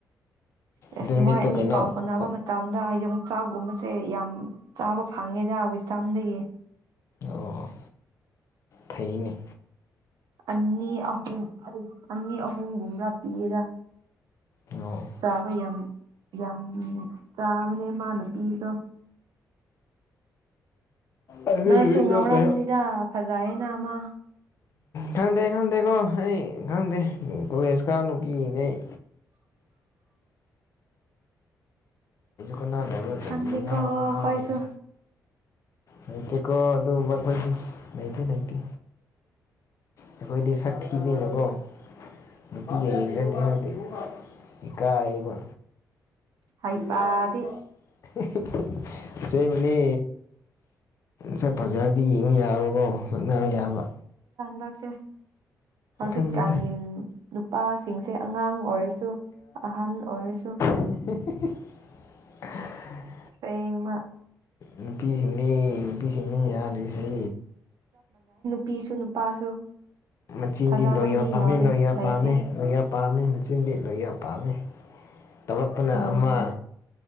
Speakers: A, on the right; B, on the left.
A: ꯑꯦꯁ
B: ꯑꯗꯨ ꯅꯨꯃꯤꯠꯇꯣ
A: ꯃꯣꯏ ꯑꯅꯤ
B: ꯀꯩꯅꯣ
A: ꯄꯥꯎ ꯐꯣꯅꯕ
B: ꯑꯣ
A: ꯃꯇꯝꯗ ꯌꯣꯡ ꯆ ꯆꯥꯛꯒꯨꯝꯕꯁꯦ ꯌꯥꯝ ꯆꯥꯕ ꯐꯪꯉꯦꯗ ꯋꯤꯁꯗꯝꯗꯒꯤ
B: ꯑꯣ ꯐꯩꯅꯦ
A: ꯑꯅꯤ ꯑꯍꯨꯝ ꯑꯅꯤ ꯑꯍꯨꯝꯒꯨꯝꯔꯥ ꯄꯤꯌꯦꯗ
B: ꯑꯣ
A: ꯆꯥꯕ ꯌꯥꯝ ꯌꯥꯝ ꯆꯥꯕꯅꯦ ꯃꯥꯅ ꯄꯤꯕꯗꯣ
B: ꯑꯗꯨ
A: ꯅꯣꯏꯁꯨ
B: ꯅꯨꯃꯤꯠꯇꯣ
A: ꯉꯧꯔꯝꯅꯤꯗ
B: ꯀꯩꯅꯣ
A: ꯐꯖꯩꯌꯦꯅ ꯃꯥ
B: ꯈꯪꯗꯦ ꯈꯪꯗꯦꯀꯣ ꯑꯩ ꯈꯪꯗꯦ ꯀꯣꯂꯦꯖꯀꯥ ꯅꯨꯄꯤ ꯌꯦꯡꯗꯦ ꯑꯩ
A: <inaudible>
B: ꯀꯅꯥꯗꯕ꯭ꯔꯥ ꯀ꯭ꯔꯤ
A: ꯈꯪꯗꯦꯀꯣ
B: ꯉꯥꯡꯕ
A: ꯑꯩꯈꯣꯏꯁꯨ
B: ꯉꯥꯡꯅꯨꯅꯦ ꯂꯩꯇꯦꯀꯣ ꯑꯗꯨꯒꯨꯝꯕ ꯑꯩꯈꯣꯏꯗꯤ ꯂꯩꯇꯦ ꯂꯩꯇꯦ ꯑꯩꯈꯣꯏꯗꯤ ꯁꯛꯊꯤꯕꯅꯤꯅꯀꯣ ꯅꯨꯄꯤ ꯌꯦꯡꯖꯥꯗꯦ ꯑꯩꯈꯣꯏꯗꯤ ꯏꯀꯥꯏꯌꯦꯕ
A: ꯍꯩꯄꯥꯗꯤ
B: ꯄꯨꯨꯄꯨꯒ ꯄꯨꯄꯨꯒ ꯍꯤꯍꯤꯍꯤ ꯑꯁꯦꯡꯕꯅꯦ ꯁꯛꯐꯖꯥꯔꯗꯤ ꯌꯦꯡꯕ ꯌꯥꯕꯀꯣ ꯂꯛꯅꯕ ꯌꯥꯕ
A: ꯂꯥꯛꯁꯦ ꯍꯧꯖꯤꯛꯀꯥꯟꯒꯤ
B: ꯈꯪꯗꯦꯗ
A: ꯅꯨꯄꯥꯁꯤꯡꯁꯦ ꯑꯉꯥꯡ ꯑꯣꯏꯔꯁꯨ ꯑꯍꯟ ꯑꯣꯏꯔꯁꯨ
B: ꯍꯦꯍꯦꯍꯦꯍꯦ
A: ꯑꯁꯦꯡꯕ
B: ꯅꯨꯄꯤ ꯁꯤꯡꯅꯤ ꯅꯨꯄꯤ ꯁꯤꯡꯅꯤ ꯌꯥ꯭ꯗꯔꯤ ꯁꯦ
A: ꯄꯤꯁꯨ ꯅꯨꯄꯥꯁꯨ
B: ꯃꯆꯤꯟꯗꯤ
A: ꯊꯥꯖꯕ
B: ꯂꯣꯌꯦꯜ
A: ꯃꯤ
B: ꯄꯥꯝꯃꯦ
A: ꯌꯥꯎꯗꯦ
B: ꯂꯣꯌꯦꯜ
A: ꯂꯩꯇꯦ
B: ꯄꯥꯝꯃꯦ ꯂꯣꯌꯦꯜ ꯄꯥꯝꯃꯦ ꯃꯆꯤꯟꯗꯤ ꯂꯣꯌꯜ ꯄꯥꯝꯃꯦ ꯇꯧꯔꯛꯄꯅ
A: ꯎꯝ
B: ꯑꯃ